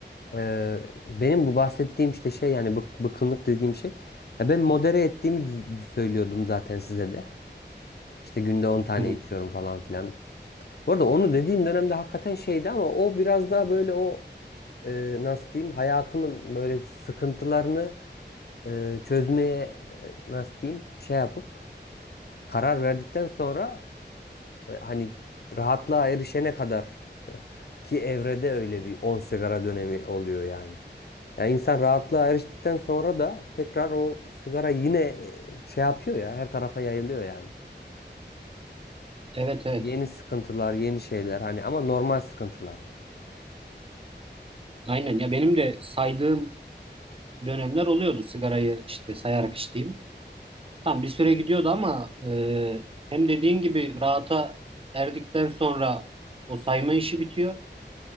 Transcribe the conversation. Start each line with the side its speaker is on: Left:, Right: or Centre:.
Left: Eee, benim bu bahsettiğim işte şey yani bık- bıkkınlık dediğim şey. Ya ben modere ettiğimi düz- söylüyordum zaten size de. İşte günde 10 tane
Right: Hı hı.
Left: içiyorum falan filan. Bu arada onu dediğin dönemde hakikaten şeydi ama o biraz daha böyle o eee nasıl diyeyim hayatımın böyle sıkıntılarını eee, çözmeye eee, nasıl diyeyim şey yapıp karar verdikten sonra e, Hani rahatlığa erişene kadar <laughs> ki evrede öyle bir 10 sigara dönemi oluyor yani. Ya insan rahatlığa eriştikten sonra da tekrar o sigara yine e, şey yapıyor ya her tarafa yayılıyor yani.
Right: Evet evet.
Left: Yeni sıkıntılar, yeni şeyler hani ama normal sıkıntılar.
Right: Aynen ya benim de saydığım dönemler oluyordu sigarayı işte sayarak içtiğim. Tam bir süre gidiyordu ama e, hem dediğin gibi rahata erdikten sonra o sayma işi bitiyor.